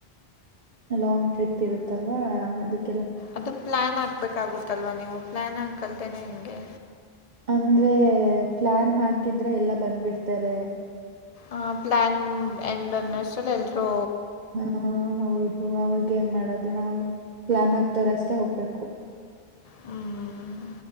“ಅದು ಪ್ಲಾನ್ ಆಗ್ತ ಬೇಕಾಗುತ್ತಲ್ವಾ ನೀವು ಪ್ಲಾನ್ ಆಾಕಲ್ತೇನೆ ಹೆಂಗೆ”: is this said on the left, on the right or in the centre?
Left